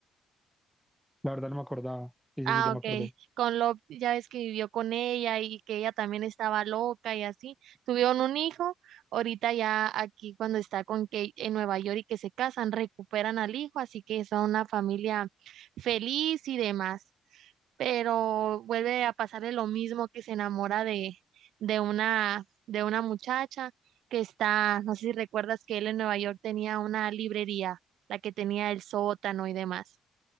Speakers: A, in the centre; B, on the right.
A: la verdad no me acordaba. Sí, sí,
B: Ah,
A: sí, ya me
B: ok.
A: acordé.
B: Con Love, ya ves que vivió con ella y que ella también estaba loca y así. Tuvieron un hijo. Ahorita ya aquí cuando está con Kate en Nueva York y que se casan, recuperan al hijo, así que son una familia feliz y demás. Pero vuelve a pasarle lo mismo que se enamora de, de una, de una muchacha que está, no sé si recuerdas que él en Nueva York tenía una librería, la que tenía el sótano y demás.